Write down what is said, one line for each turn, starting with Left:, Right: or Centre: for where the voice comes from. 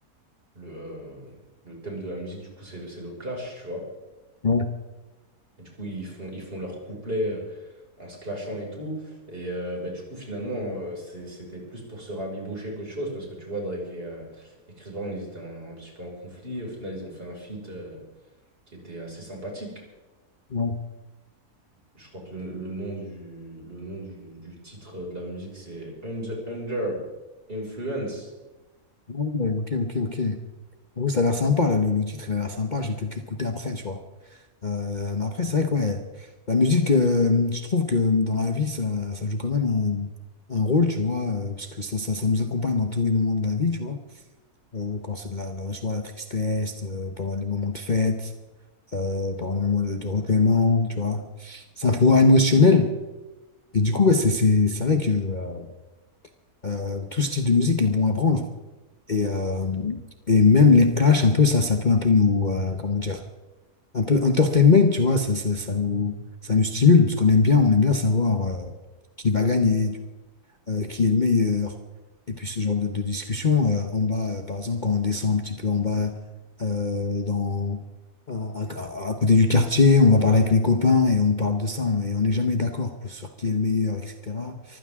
Right: le, euh, le thème de la musique, du coup, c'est le, c'est le clash, tu vois.
Left: Ouais,
Right: Et du coup, ils font, ils font leur couplet euh, en se clashant et tout. Et euh, bah, du coup, finalement, euh, c'est- c'était plus pour se rabibocher qu'autre chose, parce que tu vois, Drake et, euh, et Chris Brown, ils étaient un, un petit peu en conflit. Au final, ils ont fait un feat euh, qui était assez sympathique.
Left: ouais,
Right: Je crois que le, le nom du, le nom du, du titre de la musique, c'est Under, Under Influence.
Left: ouais, ok, ok, ok. J'avoue, ça a l'air sympa, là, le, le titre, il a l'air sympa. Je vais peut-être l'écouter après, tu vois. Euh, mais après, c'est vrai que ouais, la musique, euh, je trouve que dans la vie, ça, ça joue quand même un, un rôle, tu vois, euh, parce que ça, ça, ça nous accompagne dans tous les moments de la vie, tu vois. Euh, quand c'est de la, la joie, la tristesse, euh, pendant les moments de fête, euh, pendant les moments de, de recueillement, tu vois. C'est un pouvoir émotionnel. Et du coup, ouais, c'est, c'est, c'est vrai que euh, euh, tout style de musique est bon à prendre. Et, euh, et même les clashs, un peu, ça, ça peut un peu nous, euh, comment dire, un peu entertainment, tu vois, ça, ça, ça nous, ça nous stimule, parce qu'on aime bien, on aime bien savoir euh, qui va gagner, euh, qui est le meilleur. Et puis ce genre de, de discussion, euh, en bas, euh, par exemple, quand on descend un petit peu en bas, euh, dans, à, à- à côté du quartier, on va parler avec les copains et on parle de ça, on- et on n'est jamais d'accord pour- sur qui est le meilleur, etc.